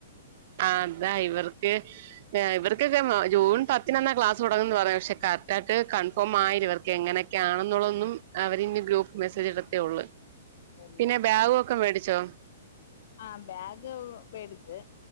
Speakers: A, on the right; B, on the left.
A: ആഹ് ഇതാ ഇവർക്ക് ഇവർക്കൊക്കെ ജൂൺ പത്തിനെന്നാ ക്ലാസ് തുടങ്ങുന്നെന്ന് പറയുന്നെ പക്ഷെ കറക്റ്റായിട്ട് കൺഫേം ആയില്ല ഇവർക്കെങ്ങനെക് ക്കെയാണെന്നുള്ളൊന്നും അവരിനി ഗ്രൂപ്പ് മെസ്സേജ് ഇടത്തേള്ളൂ
B: ഇല്ല
A: പിന്നെ ബാഗുമൊക്കെ മേടിച്ചോ
B: ആഹ് ബാഗ് മേടിച്ച്